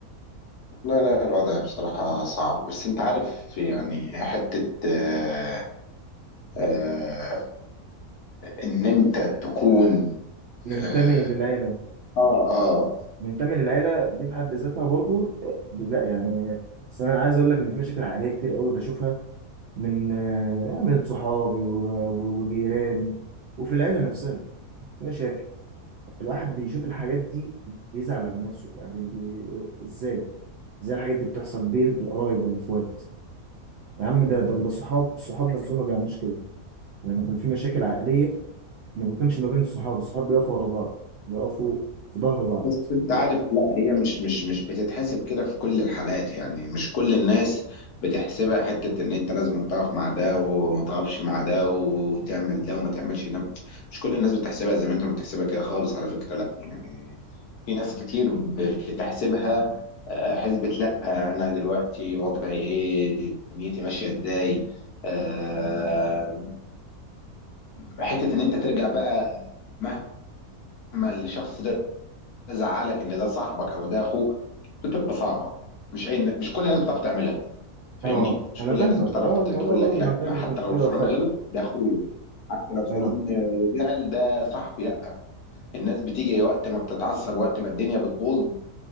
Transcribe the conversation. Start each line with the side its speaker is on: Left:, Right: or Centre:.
Left: لا لا الوضع بصراحة صعب بس انت عارف يعني حتة آه، آه، إن أنت تكون
Right: منتمي
Left: آه
Right: للعيلة
Left: اه آه،
Right: منتمي للعيلة دي في حد ذاتها برضو آه، لا يعني بس أنا عايز أقول لك إن في مشاكل عائلية كتير قوي بشوفها من آه، من صحابي و- و- وجيراني وفي العيلة نفسها في مشاكل الواحد بيشوف الحاجات دي بيزعل على نفسه يعني بي... إزاي؟ إزاي الحاجات دي بتحصل بين القرايب والإخوات؟ يا عم ده ده الصحاب الصحاب نفسهم ما بيعملوش كده لما يكون في مشاكل عائلية ما بيكونش ما بين الصحاب الصحاب بيقفوا ورا بعض بيقفوا في ظهر بعض
Left: بس أنت عارف لا هي مش مش مش بتتحسب كده في كل الحالات يعني مش كل الناس بتحسبها حتة إن أنت لازم تقف مع ده وما تقفش مع ده وتعمل ده وما تعملش ده مش كل الناس بتحسبها زي ما أنت بتحسبها كده خالص على فكرة لا يعني في ناس كتير ب- بتحسبها آه، حسبة لا آه، أنا دلوقتي وضعي إيه دنيتي ماشية إزاي آه، حتة إن أنت ترجع بقى مهما ما الشخص ده زعلك ان ده صاحبك او ده اخوك بتبقى صعبه مش اي مش كل الناس بتعرف تعملها
Right: اه
Left: فاهمني مش
Right: انا
Left: كل
Right: فاهمك
Left: الناس بتعرف
Right: اه
Left: ت-
Right: الموضوع
Left: تقول
Right: برضو
Left: لك لا
Right: محتاج
Left: ما حتى
Right: يكون فيه
Left: لو الفلان
Right: وفاء
Left: غلط ده اخويا حتى لو فلان
Right: اه
Left: زعل ده صاحبي لا الناس بتيجي وقت ما بتتعصب وقت ما الدنيا بتبوظ